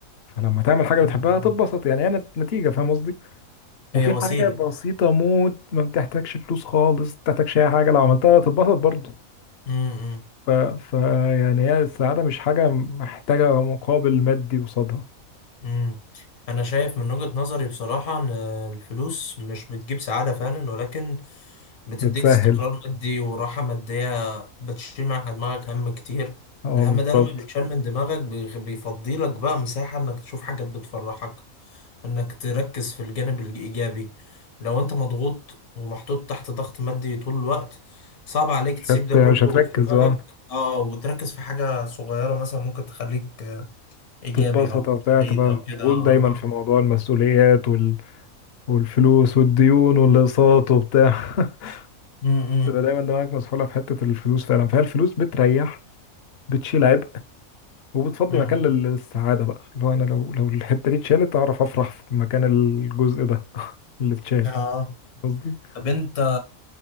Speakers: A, on the left; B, on the left.
A: فلما تعمل حاجة
B: مم.
A: بتحبها هتتبسط يعني هي نت- نتيجة فاهم قصدي وفي
B: هي وسيلة
A: حاجة بسيطة موت ما بتحتاجش فلوس خالص ما بتحتاجش أي حاجة لو عملتها هتتبسط برضه
B: امم
A: ف... ف يعني هي السعادة مش حاجة محتاجة مقابل مادي قصادها
B: امم انا شايف من وجهة نظري بصراحة ان الفلوس مش بتجيب سعادة فعلا ولكن بتديك
A: بتسهل
B: استقرار مادي وراحة مادية بتشيل مع دماغك هم كتير
A: اه
B: الهم
A: بالظبط
B: ده لما بيتشال من دماغك بيغ- بيفضيلك بقى مساحة انك تشوف حاجات بتفرحك انك تركز في الجانب الايجابي لو انت مضغوط ومحطوط تحت ضغط مادي طول الوقت صعب عليك
A: مش
B: تسيب
A: هت...
B: ده كله
A: مش هتركز
B: في دماغك
A: اه
B: اه وتركز في حاجة صغيرة مثلا ممكن تخليك آه، ايجابي
A: تتبسط
B: او
A: وبتاع
B: سعيد
A: تبقى
B: او كده
A: مشغول
B: اه
A: دايما
B: اه
A: في موضوع المسؤوليات وال... والفلوس والديون والأقساط وبتاع <laughs>
B: امم
A: تبقى دايما دماغك مسحولة في حتة الفلوس فعلا فهي الفلوس بتريح بتشيل عبء وبتفضي
B: امم
A: مكان لل- للسعادة بقى لو أنا لو لو الحتة دي اتشالت أعرف أفرح في مكان الجزء ده <laughs> اللي اتشال
B: اه
A: قصدي
B: طب انت